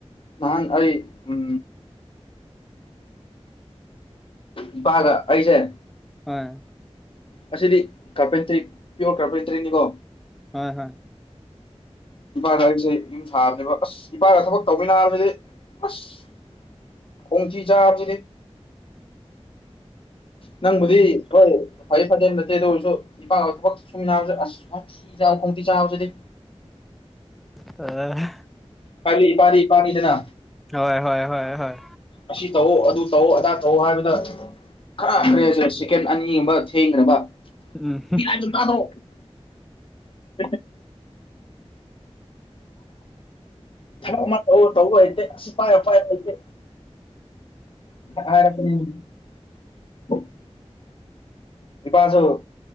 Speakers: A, on the left; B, in the centre.
A: ꯅꯍꯥꯟ ꯑꯩ ꯎꯝ ꯏꯄꯥꯒ ꯑꯩꯁꯦ
B: ꯃꯥꯅꯦ
A: ꯑꯁꯤꯗꯤ ꯀꯥꯔꯄꯦꯟꯇꯔꯤ ꯄꯤꯌꯣꯔ ꯀꯥꯔꯄꯦꯟꯇꯔꯤꯅꯤꯀꯣ
B: ꯍꯣꯏ ꯍꯣꯏ
A: ꯏꯄꯥꯒ ꯑꯩꯁꯦ ꯌꯨꯝ ꯁꯥꯕꯅꯦꯕ ꯑꯁ ꯏꯄꯥꯒ ꯊꯕꯛ ꯇꯧꯃꯤꯟꯅꯕꯁꯤ ꯑꯁ ꯀꯣꯡꯊꯤ ꯆꯥꯕꯖꯤꯗꯤ ꯅꯪꯕꯨ ꯐ ꯐ <unintelligible> ꯑꯣꯏꯔꯁꯨ ꯏꯄꯥꯛ ꯊꯛ ꯁꯨꯝ ꯅꯥꯁ ꯑꯁ ꯈꯣꯡꯇꯤ ꯆꯥꯕꯁꯤꯗꯤ
B: ꯑ
A: ꯀꯂꯤ ꯄꯂꯤ ꯏꯄꯥꯅꯤꯗꯅ
B: ꯍꯣꯏ ꯍꯣꯏ ꯍꯣꯏ ꯍꯣꯏ
A: ꯑꯁꯤ ꯇꯧꯑꯣ ꯑꯗꯨ ꯇꯧꯑꯣ ꯑꯗꯥ ꯇꯧꯑꯣ ꯍꯥꯏꯕꯗ ꯈꯔ
B: ꯎꯝ
A: ꯀꯔꯤꯍꯥꯁꯦ ꯁꯦꯀꯦꯟ ꯑꯅꯤ ꯃꯤ ꯊꯦꯡꯈ꯭ꯔꯕ
B: ꯎꯝ
A: <unintelligible> ꯇꯥꯗ꯭ꯔꯣ <inaudible> ꯊꯕꯛ ꯑꯃ ꯇꯧꯑꯣ ꯇꯧꯕ ꯍꯩꯇꯦ ꯑꯁꯤ ꯄꯥꯏꯔꯣ ꯄꯥꯏꯔꯣ ꯍꯩꯇꯦ <unintelligible> <inaudible> ꯏꯄꯥꯁꯨ